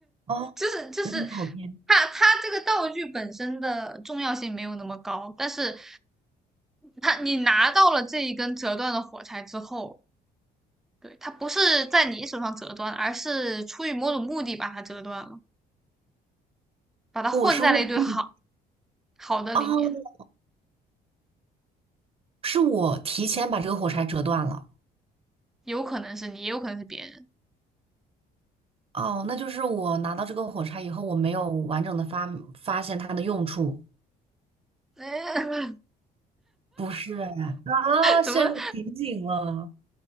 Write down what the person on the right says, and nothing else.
哦，
有点跑偏。
我是为了避
哦，是我提前把这个火柴折断了。
哦，那就是我拿到这个火柴以后，我没有完整的发发现它的用处。
不是哎啊，陷入瓶颈了，